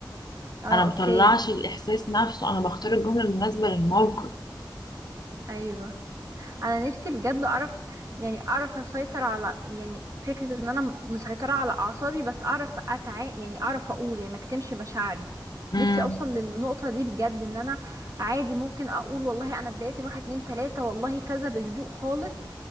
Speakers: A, on the right (about 45°); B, on the left (about 55°).
A: اه
B: انا مطلعش
A: اوكي
B: الاحساس نفسه انا بختار الجمله المناسبه للموقف
A: ايوه انا نفسي بجد اعرف يعني اعرف اسيطر على يعني فكرة ان انا مسيطرة على اعصابي بس اعرف اتع يعني اعرف اقول يعني ما اكتمش مشاعري
B: امم
A: نفسي اوصل للنقطة دي بجد ان انا عادي ممكن اقول والله انا اتضايقت من واحد اتنين تلاتة والله كذا بهدوء خالص